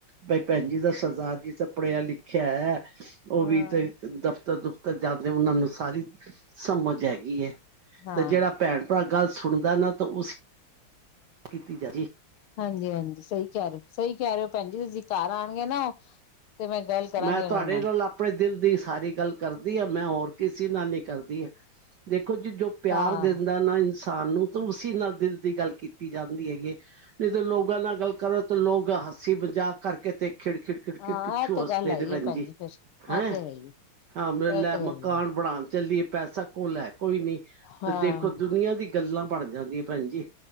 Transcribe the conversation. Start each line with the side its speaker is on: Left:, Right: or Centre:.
Right: ਬਈ ਭੈਣੀ ਦਾ ਸਰਦਾਰ ਜੀ ਤਾਂ ਪੜਿਆ ਲਿਖਿਆ ਐ ਉਹ
Left: ਹਾਂ
Right: ਵੀ ਇੱਥੇ ਦਫਤਰ ਦੁਫਤਰ ਜਾਂਦੇ ਉਹਨਾਂ ਨੂੰ ਸਾਰੀ ਸਮਝ ਹੈਗੀ
Left: ਹਾਂ
Right: ਤੇ ਜਿਹੜਾ ਭੈਣ ਭਰਾ ਗੱਲ ਸੁਣਦਾ ਨਾ ਤਾਂ ਉਸ ਕੀਤੀ ਜਾਦੀ
Left: ਹਾਂਜੀ ਹਾਂਜੀ ਸਹੀ ਕਹਿ ਰਹੇ ਸਹੀ ਕਹਿ ਰਹੇ ਹੋ ਭੈਣ ਜ ਤੁਸੀਂ ਘਰ ਆਉਣਗੇ ਨਾ ਤੇ ਮੈਂ ਗੱਲ ਕਰਾਂਗੇ
Right: ਮੈਂ
Left: ਉਹਨਾਂ
Right: ਤੁਹਾਡੇ
Left: ਨਾਲ
Right: ਆਪਣੇ ਦਿਲ ਦੀ ਸਾਰੀ ਗੱਲ ਕਰਦੀ ਆ ਮੈਂ ਹੋਰ ਕਿਸੇ ਨਾਲ ਨੀ ਕਰਦੀ ਹਾਂ ਦੇ ਕੁੱਝ ਜੋ ਪਿਆਰ
Left: ਹਾਂ
Right: ਦਿੰਦਾ ਨਾ ਇਨਸਾਨ ਨੂੰ ਤਾਂ ਉਸੀ ਨਾਲ ਦਿਲ ਦੀ ਗੱਲ ਕੀਤੀ ਜਾਂਦੀ ਹੈਗੀ ਜਦੋਂ ਲੋਕਾਂ ਨਾਲ ਗੱਲ ਕਰੋ ਤਾਂ ਲੋਕ ਹਸ ਹੱਸੀ ਮਜਾਕ ਕਰਕੇ ਤੇ ਖਿੜ ਖਿੜ ਖਿੜ
Left: ਹਾਂ
Right: ਖੜ ਪਿੱਛੋਂ
Left: ਇਹ ਤੇ
Right: ਹੱਸਦੇ
Left: ਗੱਲ ਹੈਗੀ
Right: ਨੇ ਭੈਣ
Left: ਹੈ
Right: ਜੀ
Left: ਫਿਰ
Right: ਹੈਂ
Left: ਇਹ ਤੇ ਹੈ ਹੀ ਹੈ,
Right: ਹਾਂ ਮੇ ਲੈ
Left: ਇਹ ਤੇ ਹੈ
Right: ਮਕਾਨ
Left: ਹੀ ਹੈ।
Right: ਬਣਾਉਣ ਚੱਲੀਏ ਪੈਸਾ ਕੋ ਲੈ ਕੋਈ ਨਹੀਂ
Left: ਹਾਂ
Right: ਤੇ ਦੇਖੋ ਦੁਨੀਆਂ ਦੀ ਗੱਲਾਂ ਭਣ ਜਾਂਦੀ ਹੈ ਭੈਣ ਜੀ